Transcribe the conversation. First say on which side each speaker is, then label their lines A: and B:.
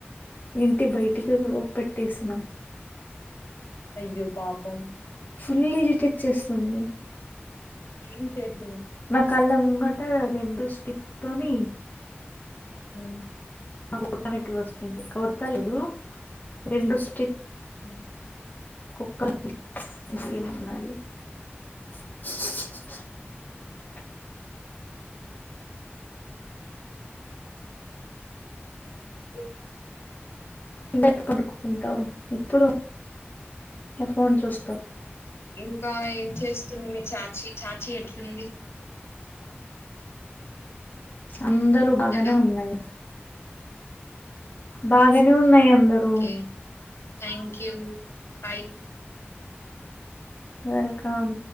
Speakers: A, on the left; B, on the left.
A: ఇంటి బైటికి లొ పెట్టేసిన
B: అయ్యో పాపం
A: ఫుల్లీ డిటెక్ చేస్తుంది
B: ఏం చెస్
A: నకల్లం ముగట రెండు స్టిక్ తోని
B: ఉమ్
A: నా కూటమికి వస్తుంది కొడత లేదు రెండు స్ట్రిక్
B: ఉమ్
A: ఒక్కని <unintelligible>
B: ఓకే
A: <unintelligible> పడుకుంటావు ఎప్పుడు ఫోన్ చూస్తావ్.
B: ఇంకా ఏం చేస్తుంది చాచీ చాచీ ఎట్లుంది
A: అందరూ బాగానే
B: హలో
A: ఉన్నాయి. బాగానే ఉన్నాయి అందరూ
B: okay thank you bye
A: welcome